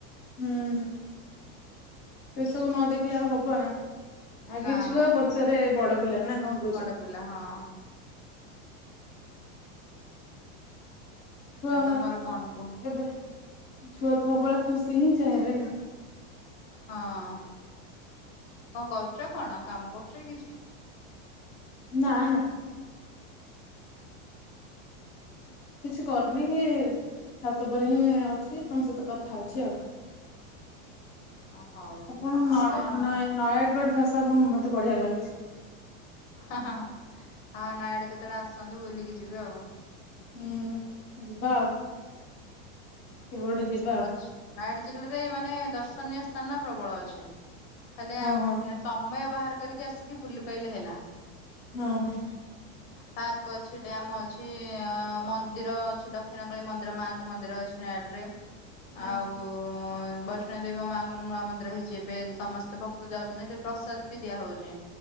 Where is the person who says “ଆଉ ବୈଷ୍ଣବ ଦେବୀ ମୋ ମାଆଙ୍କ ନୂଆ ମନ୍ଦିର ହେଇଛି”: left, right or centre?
Left